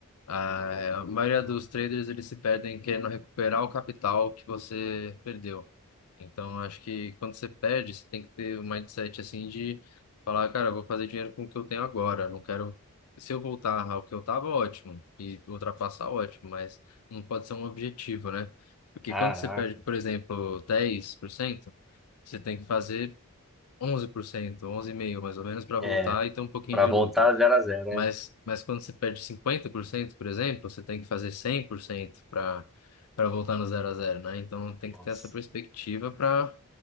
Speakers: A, on the left; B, in the centre.
A: Ah, a maioria dos traders eles se perdem querendo recuperar o capital que você perdeu. Então, acho que quando você perde, você tem que ter um mindset assim de falar, cara, eu vou fazer dinheiro com o que eu tenho agora. Não quero. Se eu voltar ao que eu tava, ótimo. E ultrapassar, ótimo. Mas não pode ser um objetivo, né? Porque
B: Caraca.
A: quando você perde, por exemplo, 10% você tem que fazer 11%, 11,5% mais ou menos, para
B: É,
A: voltar e ter um pouquinho
B: pra
A: de
B: voltar
A: lucro.
B: zero a zero, né?
A: Mas, mas quando você perde cinquenta por cento por exemplo, você tem que fazer 100% para para voltar no zero a zero, né? Então tem
B: Nossa.
A: que ter essa perspectiva para